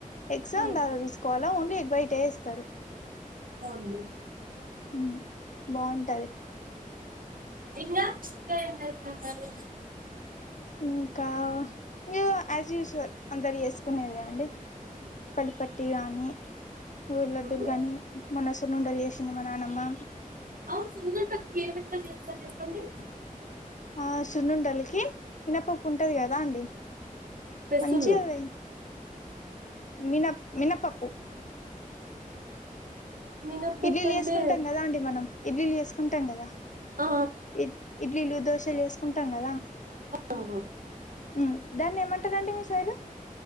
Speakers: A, on the left; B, on the right.
A: ఎగ్జామ్
B: ఉమ్.
A: దాదా తీసుకోవాలా ఓన్లీ ఎగ్వైటే ఇస్తారు
B: అవున్లే
A: ఉమ్ బాగుంటది
B: ఇంగా ఇంగా ఏంచేస్తాంటారు
A: ఇంకా యాజ్ యూజువల్ అందరు ఎస్కునేది అండి పలిపట్టి కానీ ఊర్లడ్డూలు
B: అవును
A: గాని మొన్న సున్నండలు చేసింది మా నానమ్మ
B: అవును సున్నుండలు ఏ విటితో చేస్తారు చెప్పండి
A: ఆ సున్నుండలకి మినపప్పు ఉంటది కదా అండి
B: పెసులు
A: మంచిగాపొయి మిన మినపప్పు
B: మినప్పప్పు
A: ఇడ్లీలు
B: అంటే
A: చేసుకుంటాం కదా అండి మనం ఇడ్లీలు చేసుకుంటాం కదా
B: ఆ,
A: ఇ ఇడ్లీలు దోశలు చేసుకుంటాం కదా
B: అవున
A: ఉ దాన్ని ఏమంటారండి మీ సైడు